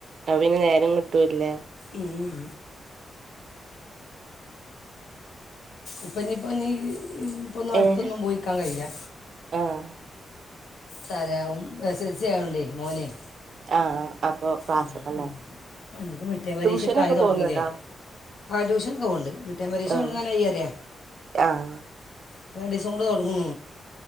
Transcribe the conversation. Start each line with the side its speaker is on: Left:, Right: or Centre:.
Right: അ പിന്നെ നേരം കിട്ടൂല്ലേ
Left: ഉം ഇപ്പംന്നിപ്പന്നി പ്പൊന്നും അട്ത്തൊന്നും
Right: ഏഹ്
Left: പോയിക്കാൻ കയ്യൂല
Right: ആഹ്
Left: താറ്യ എസ് എൽ സി ആയോണ്ടേയ് മോനെയ്
Right: ആഹ് അപ്പൊ ക്ലാസ്സൊക്കെ
Left: ഉം
Right: ഉണ്ടാവും
Left: ഉം ആഹ് നിപ്പോമിടുക്കി മിട് ടെം പരീക്ഷക്കായി
Right: ട്യൂഷനൊക്കെ
Left: തൊടങ്ങിലേ
Right: പോകുന്നുണ്ടോ
Left: ആ ട്യൂഷനൊക്കെ പോവ്ണ്ട്. മിട്ടേം പരീശ
Right: ആഹ്
Left: തൊട്ങ്ങാനായി അറ്യ
Right: ആഹ്
Left: പ്പൊ രണ്ടീസം കൊണ്ട് തൊട്ങ്ങും